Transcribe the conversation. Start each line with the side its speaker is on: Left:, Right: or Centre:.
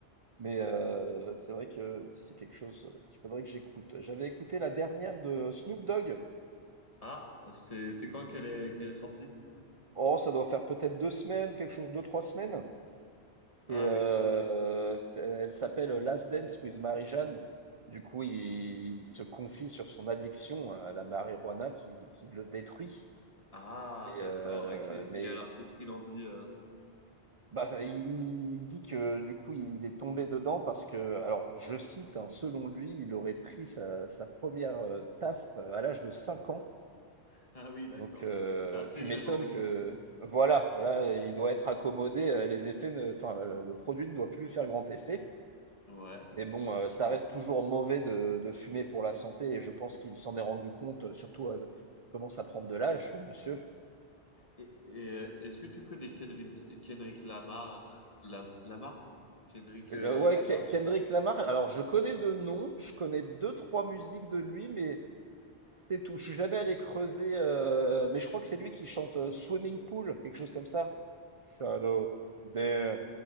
Right: mais
Left: Ok.
Right: euh, c'est vrai que c'est quelque chose qu'il faudrait que j'écoute. J'avais écouté la dernière de Snoop Dogg.
Left: Ah, c'est, c'est quand qu'elle est, qu'elle est sortie?
Right: Oh, ça doit faire peut-être deux semaines, quelque chose, deux, trois semaines. C'est,
Left: Ah
Right: euh,
Left: oui.
Right: c'est- elle s'appelle Last Dance with Marie-Jeanne. Du coup, il, il se confie sur son addiction à la marijuana qui, qui le détruit.
Left: Ah,
Right: Et,
Left: d'accord.
Right: euh,
Left: Et, qu'est-
Right: mais
Left: et alors, qu'est-ce qu'il en dit euh
Right: Bah, ça, il il il dit que du coup, il est tombé dedans parce que, alors je cite, hein, selon lui, il aurait pris sa, sa première euh, taf euh, à l'âge de 5 ans.
Left: <laughs> Ah oui, d'accord.
Right: Donc, euh,
Left: C'est assez
Right: tu m'étonnes
Left: jeune, en effet.
Right: que, voilà, là, il doit être accommodé, euh, les effets, ne- enfin, le, le produit ne doit plus lui faire grand effet.
Left: Ouais.
Right: Mais bon, euh, ça reste toujours mauvais de, de fumer pour la santé et je pense qu'il s'en est rendu compte, euh, surtout euh, il commence à prendre de l'âge, le monsieur.
Left: Et, et, euh, est-ce que tu connais Kendrick, Kendrick Lamar, euh, la, Lamarck? Kendrick euh,
Right: Euh, ouais,
Left: Lamar?
Right: Ke- Kendrick Lamar, alors je connais de nom, je connais deux, trois musiques de lui, mais. C'est tout. Je suis jamais allé creuser, euh, mais je crois que c'est lui qui chante euh, Swimming Pool, quelque chose comme ça. Shallow there,